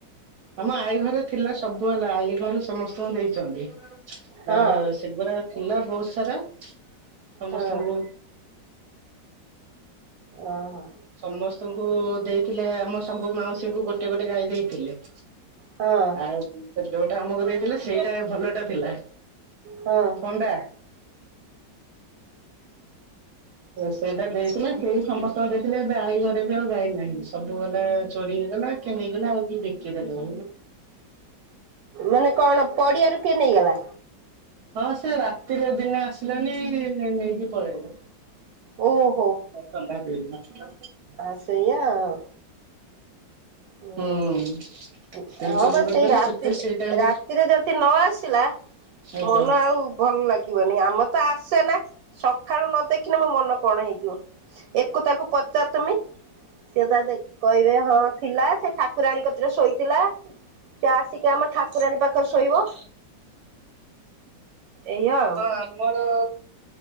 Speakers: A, on the right (about 65°); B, on the right (about 90°).
A: ଆମ ଆଈ ଘରେ ଥିଲା ସବୁ ହେଲା ଆଈ ଘରୁ ସମସ୍ତଙ୍କୁ ଦେଇଛନ୍ତି
B: ହଁ।
A: ଅ ସେଗୁଡା ଥିଲା ବହୁତ ସାରା ସମସ୍ତଙ୍କୁ
B: ହଁ ଓହୋ
A: ସମସ୍ତଙ୍କୁ ଦେଇଥିଲେ ଆମ ସବୁ ମାଉସୀଙ୍କୁ ଗୋଟେ ଗୋଟେ ଗାଈ ଦେଇଥିଲେ
B: ହଁ
A: ଆଉ ସେ ଯୋଉଟା ଆମକୁ ଦେଇଥିଲା ସେଇଟା ଭଲ ଟା ଥିଲା
B: ହଁ
A: କଣ୍ଡା ସେଇଟା ଦେଇଥିଲା ସେଇ ସମସ୍ତଙ୍କୁ ଦେଇଥିଲେ ଏବେ ଗାଈ ଘରେ ବି ଆଉ ଗାଈ ନାହିଁ ସବୁ ହେଲା ଚୋରି ହେଇଗଲା କିଏ ନେଇଗଲେ ଆଉ କିଏ ବିକିଦେଲ
B: ମାନେ କଣ ପଡ଼ିଆରୁ କିଏ ନେଇଗଲା?
A: ହଁ ସେ ରାତିରେ ଦିନେ ଆସିଲାନି ନେ ନେଇକି ପଳେଇଲେ।
B: ଓହୋ।
A: ଏ ତମେ ପା ଭିଡୁ ନଥିଲ।
B: ଆ ସେୟା ଆଉ। ହଁ
A: ହୁଁ ସେ
B: ହଁ
A: ଚୋରି
B: ବା
A: କରିଦେଲେ
B: ସେଇ ରାତି
A: ସେତେ ସେଇ ଟାଇମରେ
B: ରା ତିରେ ଯଦି ନ ଆସିଲା
A: ଆଜ୍ଞା
B: ମନ ଆଉ ଭଲ ଲାଗିବନି ଆମ ତ ଆସେନା ସକାଳୁ ନ ଦେଖିଲେ ମୋ ମନ କଣ ହେଇଯିବ। ଏକୁ ତାକୁ ପଚାରୁତୁମି ସିଏ ତା ଦେ କହିବେ ହଁ ଥିଲା ସେ ଠାକୁରାଣୀ କତିରେ ଶୋଇଥିଲା ସେ ଆସିକି ଆମ ଠାକୁରାଣୀ ପାଖରେ ଶୋଇବ ଏଇଆ ଆଉ।
A: ଆମର